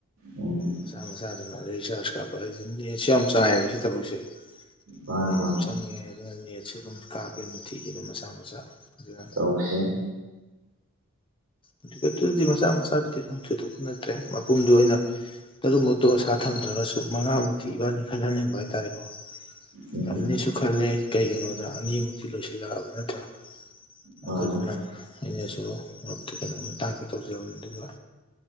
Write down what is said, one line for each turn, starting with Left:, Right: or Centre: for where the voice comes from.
Right: ꯎꯝ
Left: ꯃꯆꯥ ꯃꯆꯥꯗꯨꯅ ꯔꯤꯆꯥꯔꯖ ꯀꯥꯞ ꯅꯦꯠꯁꯨ ꯌꯥꯝ ꯆꯥꯏꯌꯦꯕ ꯁꯤ ꯊꯕꯛꯁꯦ
Right: ꯃꯥꯅꯦ
Left: ꯅꯦꯠ
Right: ꯃꯥꯅꯦ
Left: ꯌꯥꯝ ꯆꯪꯉꯦ ꯑꯗꯨꯅ ꯅꯦꯠꯁꯤ ꯑꯗꯨꯝ ꯀꯥꯞꯄꯦ ꯅꯨꯡꯇꯤꯒꯤ ꯗꯨꯝ ꯃꯆꯥ ꯃꯆꯥ ꯗꯨꯨꯅꯥ
Right: ꯑꯣꯛꯁꯦꯟ
Left: ꯑꯗꯨꯒ ꯗꯨꯗꯤ ꯃꯆꯥ ꯃꯆꯥꯗꯨꯗꯤ ꯗꯨꯝ ꯊꯣꯏꯗꯣꯛꯄ ꯅꯠꯇꯔ꯭ꯦ ꯃꯄꯨꯝꯗꯨ ꯑꯣꯏꯅ ꯫ ꯇꯔꯨꯝꯕꯇꯣ ꯑꯁꯥ ꯊꯝꯗ꯭ꯔꯒꯁꯨ ꯃꯉꯥꯃꯨꯛꯇꯤ ꯏꯕꯥꯅꯤ ꯈꯜꯍꯟꯅꯤꯡꯕ ꯍꯥꯏꯇꯥꯔꯦꯀꯣ꯫
Right: ꯎꯝ
Left: ꯉꯝꯅꯤꯁꯨ
Right: ꯎꯝ
Left: ꯈꯜꯂꯦ ꯀꯩꯒꯤꯅꯣꯗ ꯑꯅꯤꯃꯨꯛꯇꯤ ꯂꯣꯏꯁꯤꯜꯂꯛꯑꯕ ꯅꯠꯇ꯭ꯔꯥ
Right: ꯃꯥꯅꯦ
Left: ꯑꯗꯨꯗꯨꯅ ꯑꯩꯅꯁꯨ ꯃꯔꯨꯞꯇ ꯀꯩꯅꯣꯝꯃ ꯇꯥꯛꯀꯦ ꯇꯧꯖꯕꯅꯦ ꯗꯨꯒ